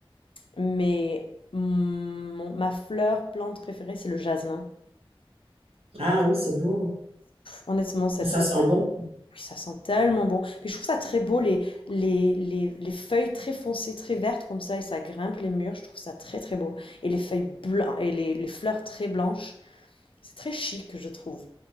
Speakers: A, on the left (about 65°); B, on the right (about 80°).
A: mais mon- ma fleur, plante préférée, c'est le jasmin.
B: Ah oui, c'est beau.
A: Honnêtement, cette
B: Ça
A: Oui,
B: sent bon.
A: ça sent tellement bon. Puis je trouve ça très beau, les, les, les, les feuilles très foncées, très vertes comme ça, et ça grimpe les murs. Je trouve ça très très beau. Et les feuilles blanches, et les, les fleurs très blanches. C'est très chic, je trouve.